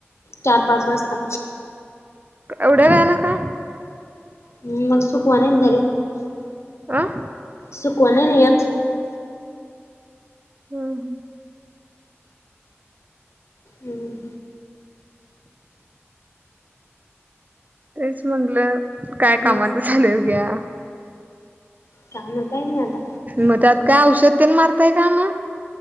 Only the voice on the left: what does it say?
चार-पाच वाजता.
हम् मग सुकवा नाईना धरत.
सुकवा नाहीना येत.
हम्म.
हम्म
काम काय नाही आता